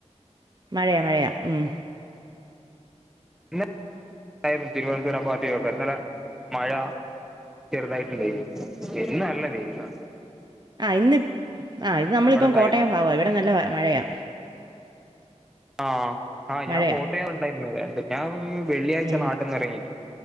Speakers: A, on the right; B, in the centre.
A: മഴയാ മഴയാ മ്
B: ഇന്ന് <unintelligible> തിരുവനന്തപുരം പാകതൊക്കെ ഇന്നലെ മഴ. ചെറുതായിട്ട് ഇണ്ടായ്ന്ന് ഇന്ന്‌ നല്ല വെയ്ലാ.
A: ഇന്നിം ആഹ് ഇപ്പം നമ്മളിപ്പം
B: സൈഡ്
A: കോട്ടയം ഭാഗാ ഇവിടെ നല്ല മഴയാ.
B: ആഹ് ആ
A: മഴയാ
B: ഞാൻ കോട്ടയം ഉണ്ടായിരുന്നു രണ്ട് ഞാൻ വെള്ളിയാഴ്ച
A: ഉം
B: നാട്ടിൽന്ന് ഇറങ്ങി...